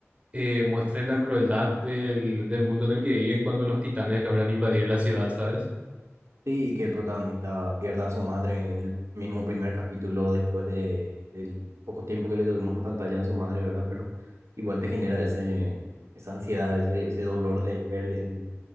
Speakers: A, on the right; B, on the right.
A: eh, muestren la crueldad del, del mundo en el que viven cuando los titanes logran invadir la ciudad, ¿sabes?
B: Sí, y que el protagonista pierda a su madre en el mismo primer capítulo después de, del poco tiempo que le tuvimos en pantalla a su madre, ¿verdad? Pero igual te genera ese, esa ansiedad, ese, ese dolor de verle el,